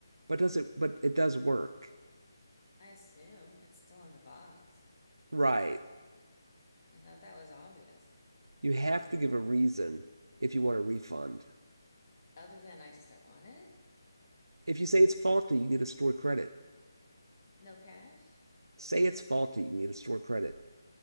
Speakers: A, on the right; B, on the left.
A: But does it? But it does work.
B: I assume it's still in the box.
A: Right.
B: I thought that was obvious.
A: You have to give a reason if you want a refund.
B: Other than I just don't want it.
A: If you say it's faulty, you can get a store credit.
B: No cash.
A: Say it's faulty, you can get a store credit.